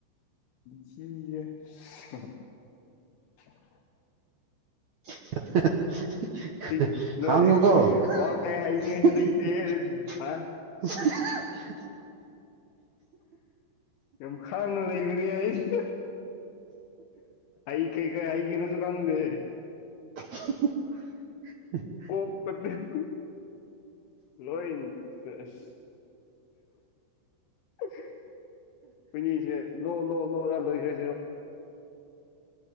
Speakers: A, on the left; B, on the right.
A: ꯖꯤ <unintelligible> <inaudible>
B: <unintelligible>
A: ꯁꯤ ꯅꯣꯏ
B: <inaudible> ꯈꯥꯡꯉꯨ ꯀꯣ
A: ꯋꯥ ꯀꯩ ꯍꯥꯏꯅꯤꯡꯉꯥꯏꯁꯨ
B: <unintelligible>
A: ꯂꯩꯇꯦ ꯍꯥ
B: <inaudible>
A: ꯌꯥꯝ ꯈꯥꯡꯅ ꯂꯩꯕꯅꯦ ꯑꯩꯁꯨ ꯑꯩ ꯀꯩ ꯀꯥꯏ ꯑꯏꯒꯤ ꯅꯁꯨ ꯈꯪꯗꯦ
B: <unintelligible> <inaudible>
A: ꯑꯣ <unintelligible> <inaudible> ꯂꯣꯏ ꯐꯦꯁ ꯑꯩꯈꯣꯏꯅꯤꯁꯦ ꯅꯣ ꯅꯣ ꯅꯣ ꯂ ꯂꯣꯏꯁꯦ